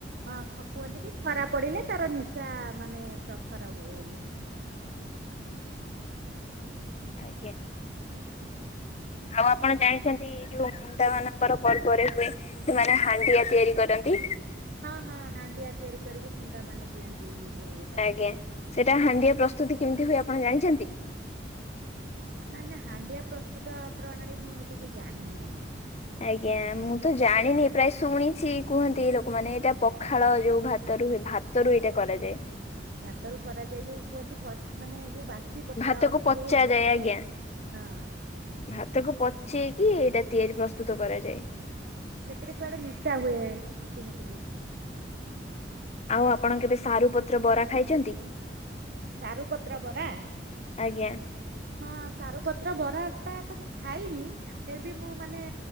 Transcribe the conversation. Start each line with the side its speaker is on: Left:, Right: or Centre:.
Right: ହଁ ଖ କୁହନ୍ତି କି ଖରା ପଡିଲେ ତାର ନିଶା ମାନେ ପ୍ରଖର ହୁଏ ବୋଲି।
Left: ଆଜ୍ଞା।
Right: ଆ
Left: ଆଉ ଆପଣ ଜାଣିଛନ୍ତି ଯୋଉ ମୁଣ୍ଡା ମାନଙ୍କର ପର୍ବରେ ହୁଏ ସେମାନେ ହାଣ୍ଡିଆ ତିଆରି କରନ୍ତି।
Right: ହଁ ହଁ ହାଣ୍ଡିଆ ତିଆରି କରିକି ଭୁଣ୍ଡା ମାନେ ପିଅନ୍ତି ଯୋଉ ଏଇଟା
Left: ଆଜ୍ଞା। ସେଟା ହାଣ୍ଡିଆ ପ୍ରସ୍ତୁତି କେମିତି ହୁଏ ଆପଣ ଜାଣିଛନ୍ତି?
Right: ମାନେ ନା ହାଣ୍ଡିଆ ପ୍ରସ୍ତୁତ ପ୍ରଣାଳୀ ମୁଁ ଟିକେ ଜାଣିନି ଆଜ୍ଞା।
Left: ଆଜ୍ଞା। ମୁଁ ତ ଜାଣିନି ପ୍ରାୟ ଶୁଣିଛି କୁହନ୍ତି ଲୋକମାନେ ଏଇଟା ପଖାଳ ଯୋଉ ଭାତ ଭା ଭାତରୁ ଏଇଟା କରାଯାଏ।
Right: ଭାତରୁ କରାଯାଏ ଯୋଉ କୁହନ୍ତି ମାନେ ଯୋଉ ବା ଖସି ପଖାଳ
Left: ଭାତକୁ ପଚାଯାଏ
Right: ବହୁ ଦିନ
Left: ଆଜ୍ଞା।
Right: ହଁ
Left: ଭାତକୁ ପଚେଇକି ଏଇଟା ତିଆରି ପ୍ରସ୍ତୁତ କରାଯାଏ।
Right: ସେଥିରେ କୁଆଡେ ନିଶା ହୁଏ ଶୁଣିଥିଲି।
Left: ଆଉ ଆପଣ କେବେ ସାରୁ ପତ୍ର ବରା ଖାଇଛନ୍ତି?
Right: ସାରୁପତ୍ର ବରା?
Left: ଆଜ୍ଞା।
Right: ହଁ ସାରୁପତ୍ର ବରାଟା ତ ମୁଁ ଖାଇନି ଫିର୍ ବି ମୁଁ ମାନେ